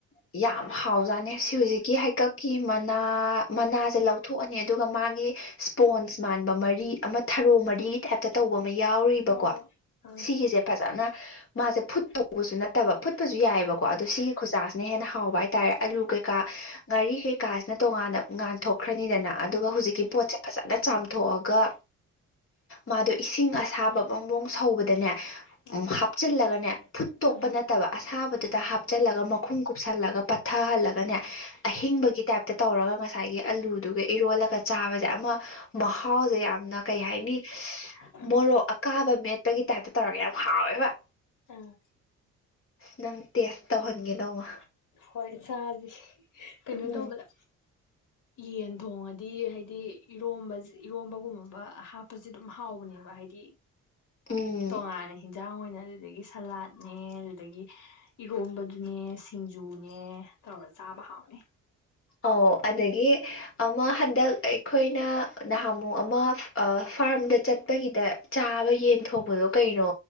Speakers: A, on the left; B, on the left.
A: ꯌꯥꯝ ꯍꯥꯎꯖꯥꯅꯦ ꯁꯤ ꯍꯧꯨꯖꯤꯛꯀꯤ ꯍꯩꯀꯛꯀꯤ ꯃꯅꯥ ꯃꯅꯥꯁꯦ ꯂꯧꯊꯣꯛꯑꯅꯤ ꯑꯗꯨꯒ ꯃꯥꯒꯤ ꯏꯁꯄꯣꯟꯁ ꯃꯥꯟꯕ ꯃꯔꯤ ꯑꯃ ꯊꯔꯣ ꯃꯔꯤ ꯇꯥꯏꯞꯇ ꯇꯧꯕ ꯑꯃ ꯌꯥꯎꯔꯤꯕꯀꯣ
B: ꯑꯣ ꯑ ꯎꯝ
A: ꯁꯤꯁꯦ ꯐꯖꯅ ꯃꯥꯁꯦ ꯐꯨꯠ ꯇꯧꯕꯁꯨ ꯅꯠꯇꯕ ꯐꯨꯠꯄꯁꯨ ꯌꯥꯏꯑꯕꯀꯣ ꯑꯗꯣ ꯁꯤ ꯈꯨꯖꯥꯁꯤꯅ ꯍꯦꯟꯅ ꯍꯥꯎꯕ ꯍꯥꯏꯇꯥꯔꯦ ꯑꯥꯂꯨ ꯀꯩꯀꯥ ꯉꯥꯔꯤ ꯀꯩꯀꯥꯁꯤꯅ ꯇꯣꯉꯥꯟꯅ ꯉꯥꯟꯊꯣꯛꯈ꯭ꯔꯅꯤꯗꯅ ꯑꯗꯨꯒ ꯍꯧꯖꯤꯛꯀꯤ ꯄꯣꯠꯁꯦ ꯐꯖꯅ ꯆꯥꯝꯊꯣꯛꯑꯒ ꯃꯥꯗꯣ ꯏꯁꯤꯡ ꯑꯁꯥꯕ ꯃꯑꯣꯡ ꯁꯧꯕꯗꯅꯦ
B: ꯎꯝ
A: ꯎ ꯍꯥꯞꯆꯤꯜꯂꯒꯅꯦ ꯐꯨꯠꯇꯣꯛꯄ
B: ꯎꯝ ꯎꯝ
A: ꯅꯠꯇꯕ ꯑꯁꯥꯕꯗꯨꯗ ꯍꯥꯥꯆꯜꯂꯒ ꯃꯈꯨꯝ ꯀꯨꯞꯁꯜꯂꯒ ꯄꯠꯊꯍꯜꯂꯒꯅꯦ ꯑꯍꯤꯡꯕꯒꯤ ꯇꯥꯏꯞꯇ ꯇꯧꯔꯒ ꯉꯁꯥꯏꯒꯤ ꯑꯂꯨꯗꯨꯒ ꯏꯔꯣꯜꯂꯒ ꯆꯥꯕꯁꯦ ꯑꯃ ꯃꯍꯥꯎꯁꯦ ꯌꯥꯝꯅ ꯀꯩ ꯍꯥꯏꯅꯤ
B: ꯎꯝ ꯎꯝ
A: ꯃꯣꯔꯣꯛ ꯑꯀꯥꯕ ꯃꯦꯠꯄꯒꯤ ꯇꯥꯏꯞꯇ ꯇꯧꯔꯒ ꯌꯥꯝ ꯍꯥꯎꯋꯦꯕ
B: ꯑꯝ
A: ꯅꯪ ꯇꯦꯁ ꯇꯧꯍꯟꯒꯦ ꯅꯧꯃ
B: ꯍꯣꯏ ꯁꯥꯥꯁꯦ ꯀꯩꯅꯣ
A: ꯎꯝ
B: ꯇꯧꯕꯗ ꯌꯦꯟ ꯊꯣꯡꯉꯗꯤ ꯍꯥꯏꯗꯤ ꯏꯔꯣ ꯏꯔꯣꯝꯕꯒꯨꯝꯕ ꯍꯥꯞꯄꯁꯦ ꯑꯗꯨꯝ ꯍꯥꯎꯕꯅꯦꯕ ꯍꯥꯏꯗꯤ
A: ꯎꯝ
B: ꯇꯣꯉꯥꯟꯅ ꯍꯤꯟꯖꯥꯡ ꯑꯣꯏꯅ ꯑꯗꯨꯗꯒꯤ ꯁꯂꯥꯠ ꯅꯦ ꯑꯗꯨꯗꯒꯤ ꯏꯍꯣꯝꯕꯗꯨꯅꯦ ꯁꯤꯡꯖꯨꯅꯦ ꯇꯧꯔ ꯆꯥꯕ ꯍꯥꯎꯅꯦ
A: ꯑꯧ ꯑꯗꯒꯤ ꯑꯃ ꯍꯟꯗꯛ ꯑꯩꯈꯣꯏꯅ ꯅꯍꯥꯃꯨꯛ ꯑꯃ ꯐꯥꯔꯝꯗ ꯆꯠꯄꯒꯤꯗ ꯆꯥꯕ ꯌꯦꯟ ꯊꯣꯡꯕꯗꯣ ꯀꯩꯅꯣ